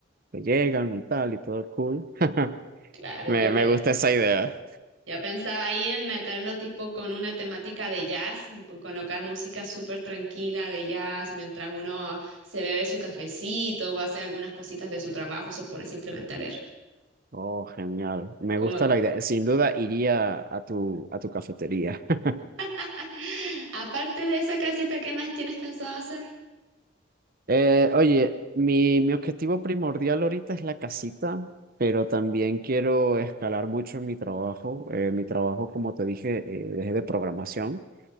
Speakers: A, on the right; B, on the right.
A: te llegan y tal, y todo cool. <laughs>
B: Claro,
A: Me,
B: yo, pe-
A: me gusta esa idea.
B: yo pensaba ahí en meterlo tipo con una temática de jazz, p- colocar música súper tranquila de jazz mientras uno se bebe su cafecito o hace algunas cositas de su trabajo, se pone simplemente a leer.
A: Oh, genial. Me
B: como
A: gusta la idea. Sin duda iría a tu, a tu cafetería. <laughs>
B: <laughs> Aparte de esa casita, ¿qué más tienes pensado hacer?
A: Eh, oye, mi, mi objetivo primordial ahorita es la casita, pero también quiero escalar mucho en mi trabajo. Eh, mi trabajo, como te dije, eh, es de programación.